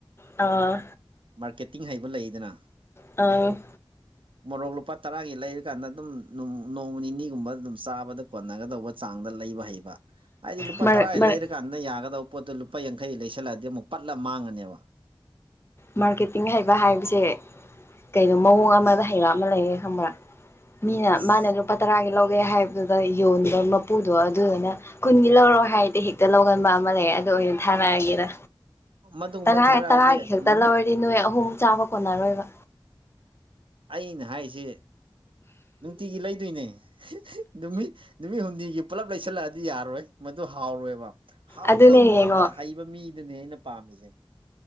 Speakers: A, on the left; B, on the right.
A: ꯑꯥ
B: ꯃꯥꯔꯀꯦꯇꯤꯡ ꯍꯩꯕ ꯂꯩꯗꯅ
A: ꯑꯧ
B: ꯃꯣꯔꯣꯛ ꯂꯨꯄꯥ ꯇꯔꯥꯒꯤ ꯂꯩꯔꯀꯥꯟꯗ ꯑꯗꯨꯝ ꯅꯣꯡꯃ ꯅꯤꯅꯤꯒꯨꯝꯕ ꯑꯗꯨꯝ ꯆꯥꯕꯗ ꯀꫭꯟꯅꯒꯗꯧꯕ ꯆꯥꯡꯗ ꯂꯩꯕ ꯍꯩꯕ ꯍꯥꯏꯗꯤ ꯂꯨꯄꯥꯏ
A: ꯃꯥꯔ
B: ꯇꯔꯥꯏꯒꯤ
A: ꯃꯥꯔ
B: ꯂꯩꯔ ꯀꯥꯟꯗ ꯌꯥꯒꯗꯕ ꯄꯣꯠꯇꯣ ꯂꯨꯄꯥ ꯌꯥꯡꯈꯩ ꯂꯩꯁꯜꯂꯛꯑꯗꯤ ꯑꯃꯨꯛ ꯄꯠꯂ ꯃꯥꯡꯉꯅꯦꯕ
A: ꯃꯥꯔꯀꯦꯇꯤꯡ ꯍꯩꯕ ꯍꯥꯏꯕꯁꯦ ꯀꯩꯅꯣ ꯃꯑꯣꯡ ꯑꯃꯗ ꯍꯩꯕ ꯑꯃ ꯂꯩꯌꯦ ꯈꯪꯕ꯭ꯔꯥ ꯃꯤꯅ
B: ꯑꯁ
A: ꯃꯥꯅ ꯂꯨꯄꯥ ꯇꯔꯥꯒꯤ ꯂꯧꯒꯦ ꯍꯥꯏꯕꯗꯨꯗ ꯌꯣꯟꯕ ꯃꯄꯨꯗꯣ ꯑꯗꯨꯗꯨꯅ ꯀꯨꯟꯒꯤ ꯂꯧꯔꯣꯑꯣ ꯍꯥꯏꯔꯗꯤ ꯍꯦꯛꯇ ꯂꯧꯒꯟꯕ ꯑꯃ ꯂꯩꯌꯦ ꯑꯗꯣ ꯑꯩ ꯊꯥꯔꯛꯑꯒꯦꯗ
B: ꯃꯗꯨꯒꯨꯝꯕ
A: ꯇꯔꯥ
B: ꯊꯥꯔꯛꯑꯗꯤ
A: ꯇꯔꯥꯒꯤ ꯈꯛꯇ
B: ꯎꯝ
A: ꯂꯧꯔꯗꯤ ꯅꯣꯏ ꯑꯍꯨꯝ ꯆꯥꯕ ꯀꯣꯟꯅꯔꯣꯏꯕ
B: ꯑꯩꯅ ꯍꯥꯏꯁꯤ ꯅꯨꯡꯇꯤꯒꯤ ꯂꯩꯗꯣꯏꯅꯤ ꯅꯨꯃꯤꯠ ꯅꯨꯃꯤꯠ ꯍꯨꯝꯅꯤꯒꯤ ꯄꯨꯜꯂꯞ ꯂꯩꯁꯜꯂꯛꯑꯗꯤ ꯌꯥꯔꯣꯏ ꯃꯗꯨ ꯍꯥꯎꯔꯣꯏꯕ ꯍꯥꯎꯒꯗꯕ
A: ꯑꯗꯨꯅꯦ
B: ꯃꯑꯣꯡꯗ
A: ꯌꯦꯡꯉꯣ
B: ꯍꯩꯕ ꯃꯤꯗꯨꯅꯦ ꯑꯩꯅ ꯄꯥꯝꯃꯤꯖꯦ